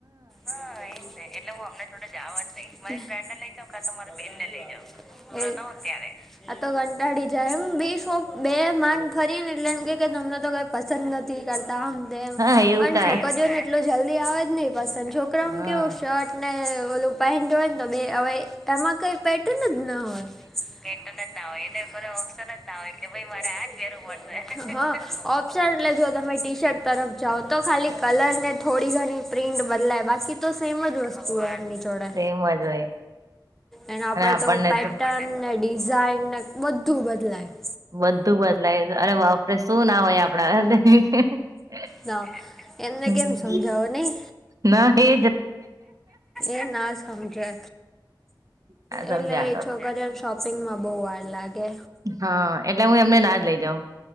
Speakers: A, in the centre; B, on the right.
A: હા, એ જ ને એટલે હું અમને થોડ જવા જ નહી, મારી ફ્રેન્ડને લઈ જાઉ કા તો મારી બેનને લઇ જાવ. ત્યારે આ તો કંટાળી જાય એમ બી શોપ બે માંન ફરી ને એટલે એમ કે કે તમને તો ક પસંદ નથી કરતા અમ તેમ
B: હા એવું
A: પણ
B: ક
A: છોકરીઓને એટલું જલ્દી આવે જ નહિ પસંદ, છોકરા
B: હા
A: ને કેવું શર્ટ ને ઓલું પેન્ટ હોય ને, તો બે હવે એમાં કઈ પેટર્ન જ ના હોય પેટન જ ના હોય એને ખરો ઓપ્શન જ ના હોય કે ભઈ મારે આજ પહેરવું પડશે, <unintelligible> જો તમે ટી શર્ટ તરફ જાઓ તો ખાલી કલર ને થોડી ઘણી પ્રિન્ટ બદલાય, બાકી તો સેમ જ વસ્તુ હો એમની જોડે
B: સેમજ હોય,
A: એનો આપડે
B: અને આપણને
A: તો પેટર્ન ને ડિઝાઇન ને બધું બદલાય
B: બધું બદલાય અરે બાપે શું ના હોય, આપણા
A: ના એમને
B: હમ
A: કેમ સમજાવો નહી.
B: ના હે.
A: એ ના સમજે
B: હા સમજાતો
A: એટલે એ છોકરીને શોપિંગમાં બહુ વાર લાગે
B: હા એટલે હું એમને નાદ લઇ જાઉં.